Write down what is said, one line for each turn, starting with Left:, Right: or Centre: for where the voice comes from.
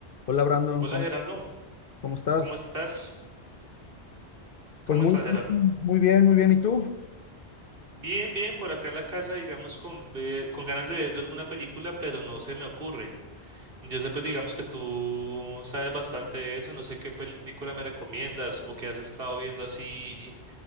Left: Hola Brandon,
Right: Hola
Left: ¿cómo,
Right: Gerardo,
Left: cómo estás?
Right: ¿cómo estás? ¿Cómo
Left: Pues muy
Right: estás Gerardo?
Left: bien, muy bien, muy bien. ¿Y tú?
Right: Bien, bien, por acá en la casa, digamos, con ver- con ganas de ver alguna película, pero no se me ocurre. Yo sé, pues, digamos que tú sabes bastante de eso, no sé qué película me recomiendas o qué has estado viendo así